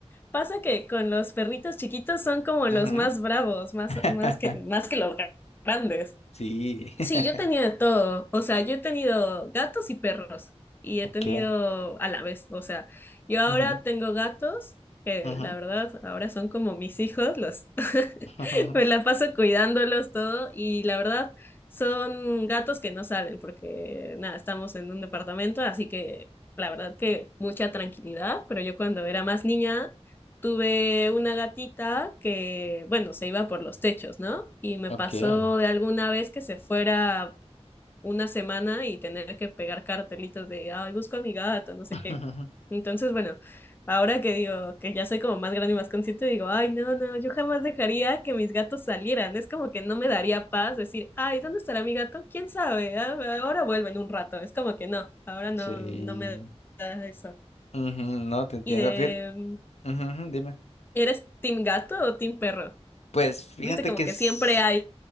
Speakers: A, on the left (about 20°); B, on the left (about 70°).
A: Pasa que con los perritos chiquitos son como los
B: Ujú.
A: más bravos, más,
B: <laughs>
A: más que, más que los grandes.
B: Sí, <laughs>
A: Sí, yo he tenido de todo. O sea, yo he tenido gatos y perros. Y he
B: ok.
A: tenido a la vez. O sea, yo ahora
B: Ujú,
A: tengo gatos, que
B: ujú,
A: la verdad ahora son como mis hijos. Los <laughs>
B: <laughs>
A: me la paso cuidándolos todo. Y la verdad son gatos que no salen porque nada, estamos en un departamento, así que la verdad que mucha tranquilidad. Pero yo cuando era más niña Tuve una gatita que, bueno, se iba por los techos, ¿no? Y me
B: ok.
A: pasó de alguna vez que se fuera una semana y tener que pegar cartelitos de, ay, busco a mi gato, no sé
B: <laughs>
A: qué. Entonces, bueno, ahora que digo que ya soy como más grande y más consciente, digo, ay, no, no, yo jamás dejaría que mis gatos salieran. Es como que no me daría paz decir, ay, ¿dónde estará mi gato? ¿Quién sabe? Ah, Ahora vuelven un rato. Es como que no, ahora no,
B: Sí.
A: no me da eso.
B: Ujú, no, te entiendo.
A: Y de...
B: Fíjate, ujú, ujú, dime.
A: ¿Eres team gato o team perro?
B: Pues fíjate
A: Viste, como
B: que
A: que
B: es...
A: siempre hay